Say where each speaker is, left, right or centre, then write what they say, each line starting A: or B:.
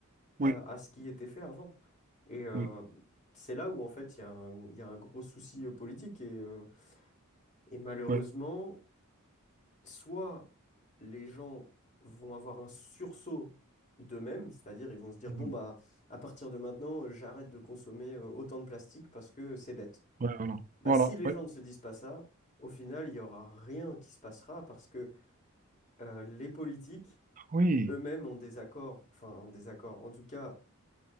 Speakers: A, on the right (about 40°); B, on the left (about 35°).
A: Oui,
B: euh, à ce qui était fait avant. Et euh,
A: oui,
B: c'est là où, en fait, il y a un, il y a un gros souci euh, politique. Et, euh, et malheureusement,
A: oui.
B: soit les gens vont avoir un sursaut d'eux-mêmes, c'est-à-dire ils vont se dire,
A: Mhm.
B: bon, bah, à partir de maintenant, euh, j'arrête de consommer euh, autant de plastique parce que c'est bête.
A: Ouais, voilà.
B: Bah,
A: Voilà,
B: si les
A: ouais.
B: gens ne se disent pas ça, au final, il n'y aura rien qui se passera parce que euh, les politiques
A: oui,
B: eux-mêmes ont des accords, enfin, des accords. En tout cas,